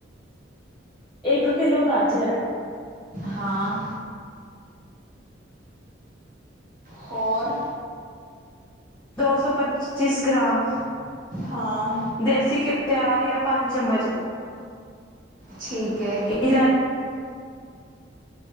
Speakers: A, in the centre; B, on the right.
A: ਇੱਕ ਕਿਲੋ ਗਾਜਰ
B: ਹਾਂ ਹੋਰ
A: ਦੋ ਸੌ ਪੱਚੀਸ ਗ੍ਰਾਮ
B: ਹਾਂ
A: ਦੇਸੀ ਘਿਓ ਚਾਰ ਜਾਂ ਪੰਜ ਚਮਚ
B: ਠੀਕ ਹੈ
A: <inaudible>